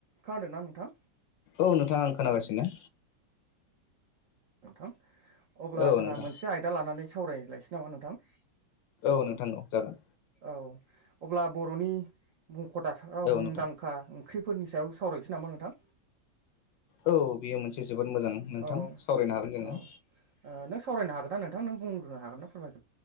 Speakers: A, on the right; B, on the left.
A: खोनादों ना नोंथां?
B: औ नोंथां आं खोनागासिनो।
A: नोंथां अब्ला
B: औ
A: जोंहा
B: नोंथां
A: मोनसे आयदा लानानै सावरायज्लायसै नामा नोंथां।
B: औ नोंथां औ जागोन।
A: औ अब्ला बर'नि बुंख' दाथाराव
B: औ
A: मुंदांखां
B: नोंथां
A: ख्रिफोरनि सायाव सावरायनोसै नामा नोंथां
B: औ बेयो मोनसे जोबोद मोजां नोंथां
A: औ
B: सावरायनो हागोन जोङो।
A: औ ओ नों सावरायनो हागोन ना नोंथां नों बुंग्रोनो हागोनना फोरमाय